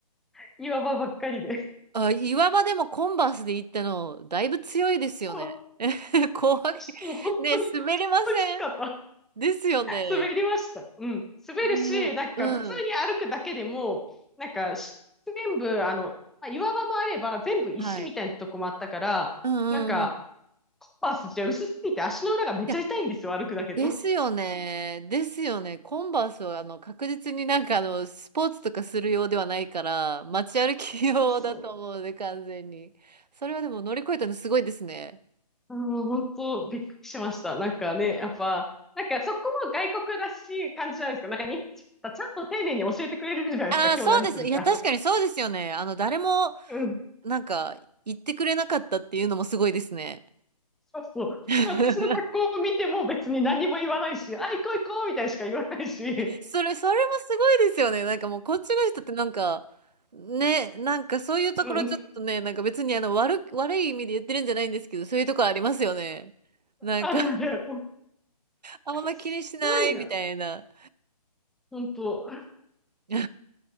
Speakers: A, in the centre; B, on the right.
A: <laughs> 岩場ばっかりで。
B: あ、岩場でもコンバースで行ったの、だいぶ強いですよね。
A: そう。
B: <laughs> 怖い。
A: もう本当に、
B: ね、
A: 本
B: 滑りません。
A: 当きつかった。
B: ですよね。
A: 滑りました。うん。滑るし、
B: ね、
A: なんか普通に歩くだけでも、
B: うん。
A: なんかし全部、あの、まあ、岩場もあれば全部石みたいなとこもあったから、
B: はい。うんうんうん。
A: なんか、
B: い
A: パースじゃ薄すぎて足の裏がめっちゃ痛いんですよ、
B: や、
A: 歩くだけでも。
B: ですよね。ですよね。コンバースはあの確実になんかあのスポーツとかするようではないから街歩き用だと思うので完全に。
A: そうそう。
B: それはでも乗り越えたのすごいですね。
A: あの、本当びっくりしました。なんかね、やっぱ、なんかそこも外国らしい感じじゃないですか。なんか日本人はちゃんと丁寧に教えてくれるじゃないですか、
B: ああ、
A: 今日何するか。
B: そうです。いや、確かにそうですよね。あの、誰も、
A: うん。
B: なんか、言ってくれなかったっていうのもすごいですね。
A: そうそう。
B: <laughs>
A: で、私の格好を見ても別に何も言わないし、あ、行こう行こうみたいにしか言わないし、
B: それ、それもすごいですよね。なんかもう、こっちの人ってなんか、ね、なんかそういうところちょっとね、
A: うん。
B: なんか別にあの、悪く、悪い意味で言ってるんじゃないんですけど、そういうところありますよね。なんか
A: あるある。
B: あんま気にしないみたいな。
A: すごいな。本当、
B: <laughs> い